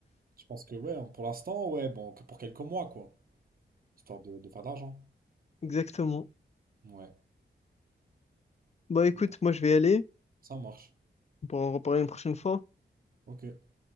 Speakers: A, on the right (about 50°); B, on the left (about 35°).
A: je pense que, ouais, hein, pour l'instant, ouais, bon, que pour quelques mois, quoi. Histoire de, de faire de l'argent.
B: Exactement.
A: Ouais,
B: Bah écoute,
A: mais bon,
B: moi je vais y aller.
A: ça marche.
B: On pourra en reparler une prochaine fois.
A: Ok.